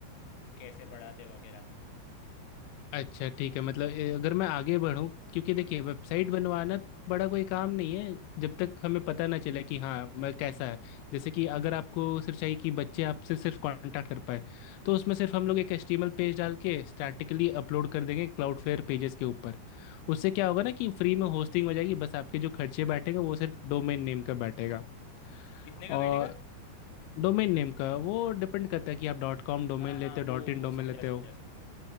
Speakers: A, on the left; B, on the left.
A: कि कैसे पढ़ाते वगैरह
B: अच्छा ठीक है मतलब ए, अगर मैं आगे बढ़ूं क्योंकि देखिए वेबसाइट बनवाना बड़ा कोई काम नहीं है जब तक हमें पता ना चले कि हाँ मैं कैसा है जैसे कि अगर आपको सिर्फ चाहिए कि बच्चे आपसे सिर्फ कांटेक्ट कर पाए तो उसमें सिर्फ हम लोग एक एचटीएमएल पेज डाल के स्टैटिकली अपलोड कर देंगे क्लाउडफ्लेयर पेजेस के ऊपर उससे क्या होगा ना कि फ्री में होस्टिंग हो जाएगी बस आपके जो खर्चे बैठेंगे वो सिर्फ डोमेन नेम का बैठेगा
A: कितने का
B: और
A: बैठेगा
B: डोमेन नेम का वो डिपेंड करता है कि आप डॉट कॉम डोमेन
A: हाँ
B: लेते
A: हाँ
B: हो
A: वो
B: डॉट इन
A: वो
B: डोमेन
A: समझा
B: लेते हो
A: समझा समझा